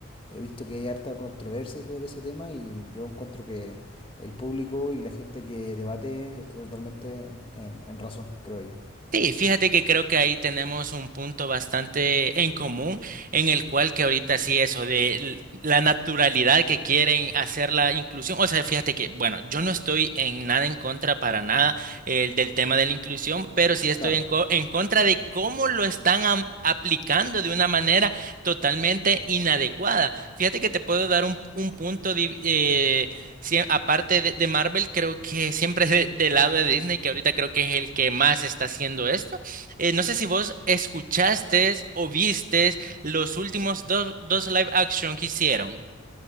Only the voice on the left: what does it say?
He visto que hay harta controversia sobre ese tema y yo encuentro que el público y la gente que debate está totalmente en, en razón, creo yo.
Claro.